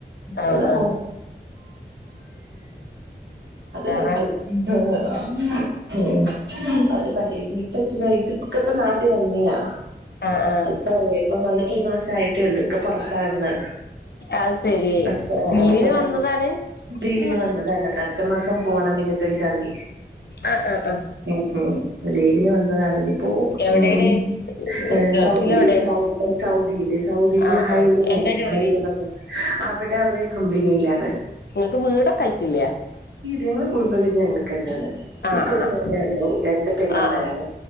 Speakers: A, on the left (about 65°); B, on the right (about 80°).
A: ആഹ്
B: ഉ അത്
A: ആഹ്
B: കൊഴപ്പല്ല
A: വേറെ
B: അവര് പള്ളി നീപ്പച്ചഛ ഇപ്പക്കപ്പ നാട്ടിൽ വന്നിയാ
A: ആഹ് ആഹ്
B: ഉപ്പേ ഇപ്പ വന്നിട്ട് ഒരു മാസയിട്ടേള്ളൂ. പുറത്തായിരുന്നു
A: അത് ശരി
B: അപ്പൊ
A: ലീവിന്
B: ആ ഇപ്പം നാട്ട്
A: വന്നതാണ്
B: ലീവിന്
A: ആഹ്
B: വന്നതാണ് അടുത്ത മാസം പോണം ഇരുപത്തഞ്ചാതി.
A: അ ആ ആ
B: ഉം ഉം ലീവിന് വന്നതാണ് ഇതിപ്പോ
A: എവിടെയാണ്
B: ഉം ഹേ
A: ഗൾഫിൽ
B: സൗദില്
A: എവിടെയാണ്
B: സൗ സൗദില് സൗ ദീല്
A: ആഹ്
B: ഹൈല്ന്ന്പറയും
A: ആഹ് എന്താ ജോലി
B: ഹൈല് <unintelligible> അവിടെ ഒരു കമ്പനിയിലാണ്.
A: ങ്ങക്ക് വീടൊക്കെ ആയിറ്റില്ലേ.
B: ഞങ്ങൾ കുടുംബവീട് ഞങ്ങൾക്ക് തന്നെയാണ്
A: ആഹ്
B: ഇക്ക ഒരു
A: ആഹ്
B: മോനേ ഉള്ളു രണ്ട് പെങ്ങമാരാണ്.
A: ആഹ് ആഹ്